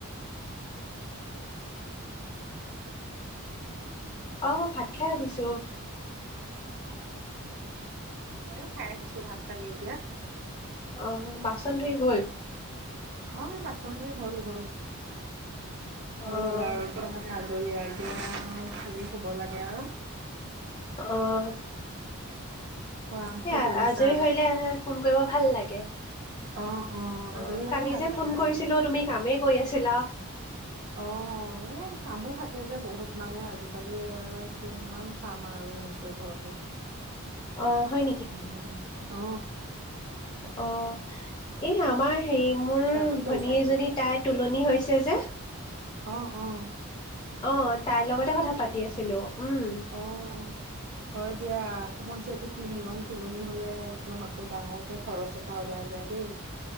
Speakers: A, on the right; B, on the left.
A: অহ কি কৰিছা?
B: অ ভাত খাই উঠিছো।
A: আহ ময়ো খাই আহিছো ভাত পানী এতিয়া
B: আহ বাচন ধুই হল।
A: অ বাচন্ হল হল। হৈ
B: অহ
A: গল আৰু। য়া মানে আজৰি এতিয়া খালি শুব লাগে আৰু।
B: অহ
A: কোৱা
B: সেয়া
A: কি কৰিছা
B: আজৰি হলে ফোন কৰিব ভাল লাগে
A: অ অ
B: অহ
A: আজৰি হলেও
B: কালি
A: ভাল
B: যে
A: লাগে
B: ফোন
A: আৰু
B: কৰিছিলো তুমি কামেই গৈ আছিলা না
A: অ এই কামো থাকে যে বহুত। মানে আজিকালি এ কিমান কাম আৰু হৈছে ঘৰটোত
B: অহ হয়
A: উম অ
B: অ এই আমাৰ হে মোৰ
A: তা কি
B: ভনী
A: কৰিছা
B: এজনী
A: এতিয়া
B: তাই তু পানি হৈছে যে
A: অহ অহ
B: অ তাইৰ লগতে কথা পাতি আছিলো উম
A: অ', হয় দিয়া অসমত যিহেতু কি নিয়ম তুলনি হলে একদম আকৌ ডাঙৰকে খৰচ এটা ওলাই যায় দেই।